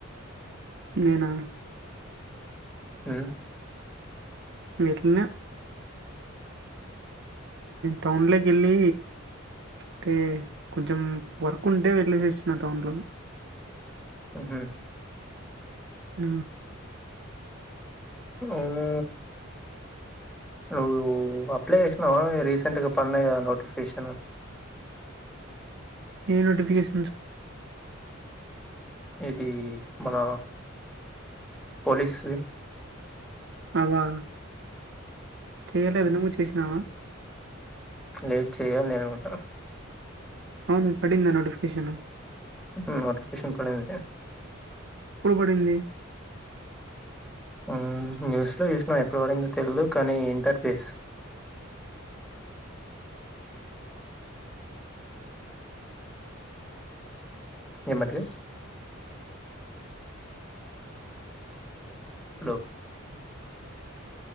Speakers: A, on the right; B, in the centre.
A: నేనా
B: హ్మ్
A: ఏళ్ళిన టౌన్లేకెల్లి అంటే కొంచెం వర్క్ ఉంటే వెళ్ళేది చ టౌన్ లో
B: హూహు
A: ఆ
B: అవును అ అప్లై చేసినావ రీసెంట్ గా పడినా నోటిఫికేషన్
A: ఏ నోటిఫికేషన్స్
B: ఇది మన పోలీస్ వి
A: అవా చెయలేదు నువ్వు చేసినావా
B: కొద్ది గా చెయాలి నేను కూడా,
A: అవును ఎప్పుడు ఉంది నోటిఫికేషన్,
B: ఇంకో నోటిఫికేషన్ పడలేదా,
A: ఏపప్పుడు పడింది,
B: హూ న్యూస్లో చూసినాం ఎప్పుడు పడిందో తెలీదు కానీ ఇంటర్ఫేస్, వినపడట్లే హలో